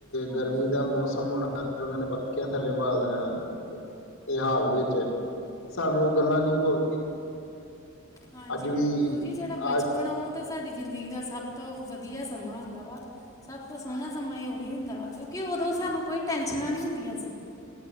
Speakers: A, on the left; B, on the left.
A: ਹਾਂਜੀ
B: ਗਰਮੀ ਦਾ ਮੌਸਮ ਹੋਣਾ ਉਹਨਾ ਨੇ ਪੱਕੀਆਂ ਥੱਲੇ ਬਹਾ ਦੇਣਾ ਤੇ ਹਾਲ ਵਿੱਚ, ਸਾਨੂੰ ਉਹ ਗੱਲਾਂ ਨਹੀਂ ਭੁੱਲਦੀਆਂ।
A: ਹਾਂਜੀ
B: ਅੱਜ
A: ਬਿਲਕੁਲ
B: ਵੀ
A: ਜੀ, ਜਿਹੜਾ ਬਚਪਨ
B: ਅੱਜ
A: ਆ ਉਹ ਤਾਂ ਸਾਡੀ ਜ਼ਿੰਦਗੀ ਦਾ ਸਭ ਤੋਂ ਵਧੀਆ ਸਮਾਂ ਹੁੰਦਾ ਵਾ। ਸਭ ਤੋਂ ਸੋਹਣਾ ਸਮਾਂ ਇਹ ਉਹੀ ਹੁੰਦਾ ਵਾ, ਕਿਉਂਕਿ ਉਦੋਂ ਸਾਨੂੰ ਕੋਈ ਟੈਂਸ਼ਨਾਂ ਨਹੀਂ ਹੁੰਦੀਆਂ ਸੀ।